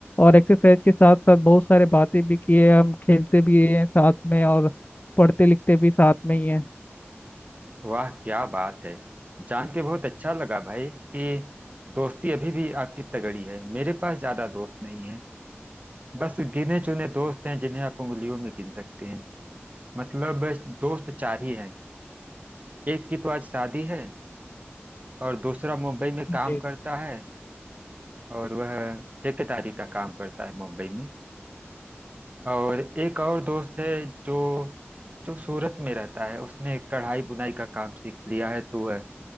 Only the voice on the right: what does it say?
वाह क्या बात है जान के बहुत अच्छा लगा भाई कि दोस्ती अभी भी आपकी तगड़ी है मेरे पास ज्यादा दोस्त नहीं है बस गिने चुने दोस्त हैं जिन्हें आप उंगलियों में गिन सकते हैं मतलब दोस्त चार ही हैं एक की तो आज शादी है और दूसरा मुंबई में काम
करता है और वह ठेकेदारी का काम करता है मुंबई में और एक और दोस्त है जो जो सूरत में रहता है उसने कढ़ाई बुनाई का काम सीख लिया है तो वह